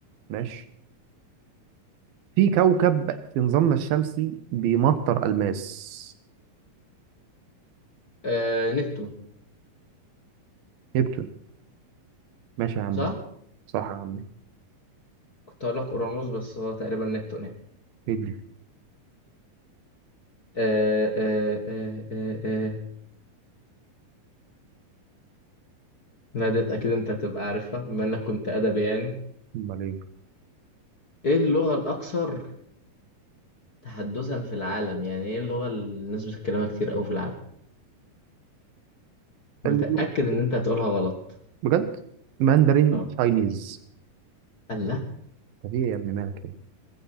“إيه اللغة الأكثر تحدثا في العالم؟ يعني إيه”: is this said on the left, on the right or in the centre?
Left